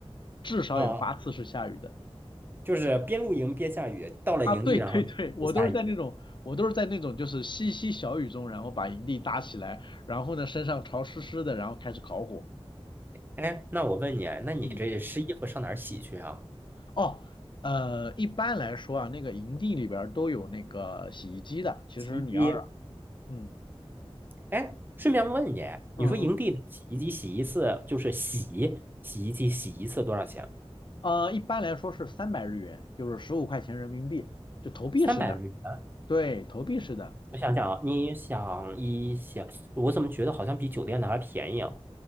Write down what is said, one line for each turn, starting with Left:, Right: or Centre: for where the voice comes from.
Left: 至少有八次是下雨的。
Right: 啊！就是边露营边下雨，到了营地然后就下雨。
Left: 啊，对对对，我都是在那种，我都是在那种就是淅淅小雨中，然后把营地搭起来，然后呢身上潮湿湿的，然后开始烤火。
Right: 哎，那我问你，那你这湿衣服上哪儿洗去啊？
Left: 嗯，哦，呃，一般来说啊，那个营地里边儿都有那个洗衣机的，其实你要是，
Right: 洗衣机。
Left: 嗯
Right: 哎，顺便问你，
Left: 嗯嗯，
Right: 你说营地的洗衣机洗一次就是洗洗衣机洗一次多少钱？
Left: 呃，一般来说是三百日元，就是十五块钱人民币，就投币式的。
Right: 三百日元。
Left: 对，投币式的，
Right: 我想想啊，你想一想，我怎么觉得好像比酒店的还便宜啊？